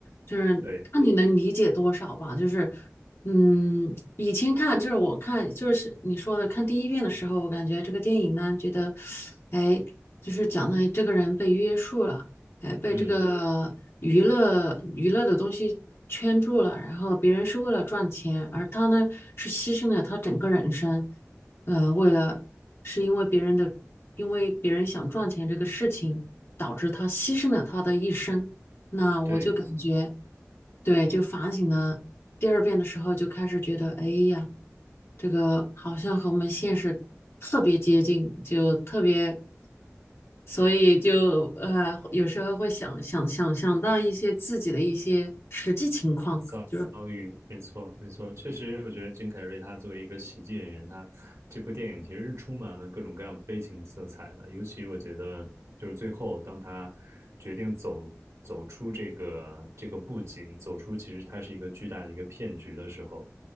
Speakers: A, on the left; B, on the right.
A: 就是看你能理解多少吧。
B: 对，
A: 就是，嗯，以前看就是我看就是你说的看第一遍的时候，我感觉这个电影呢，觉得，哎，就是讲的这个人被约束了，哎，被这个娱乐娱乐的东西圈住了，
B: 嗯，
A: 然后别人是为了赚钱，而他呢是牺牲了他整个人生。呃，为了是因为别人的，因为别人想赚钱这个事情，导致他牺牲了他的一生。那我就感觉，
B: 对。
A: 对，就反省了第二遍的时候，就开始觉得，哎呀，这个好像和我们现实特别接近，就特别，所以就呃，有时候会想想想想到一些自己的一些实际情况，
B: 遭遭遇，
A: 就是
B: 没错，没错，确实，我觉得金凯瑞他作为一个喜剧演员，他这部电影其实是充满了各种各样悲情色彩的。尤其我觉得，就是最后当他决定走走出这个这个布景，走出其实它是一个巨大的一个骗局的时候，